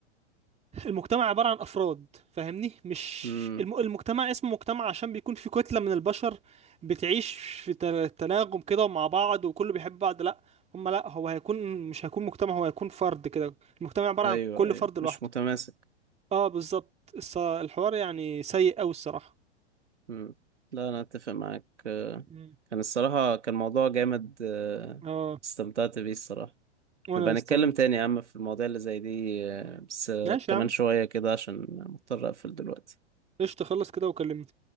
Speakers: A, on the right (about 20°); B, on the right (about 85°).
A: المجتمع عباره عن افراد فاهمني مش
B: مم.
A: الم... المجتمع اسمه مجتمع عشان بيكون في كتله من البشر بتعيش في تل- تناغم كده مع بعض وكله بيحب بعض لا هم لا هو هيكون مش هيكون مجتمع هو هيكون فرد كده المجتمع عباره
B: ايوه
A: عن كل
B: ايوه
A: فرد لوحده
B: مش متماسك
A: اه بالظبط الص- الحوار يعني سيء أوي الصراحة
B: مم. لا انا اتفق معاك آه،
A: مم.
B: كان الصراحة كان موضوع جامد آه،
A: اه
B: استمتعت بيه الصراحة
A: وانا
B: نبقى نتكلم
A: استعمل
B: تاني يا عم في المواضيع اللي زي دي آه، بس آه،
A: ماشي
B: كمان
A: يا عم
B: شوية كده عشان مضطر اقفل دلوقتي
A: قشطة خلص كده وكلمني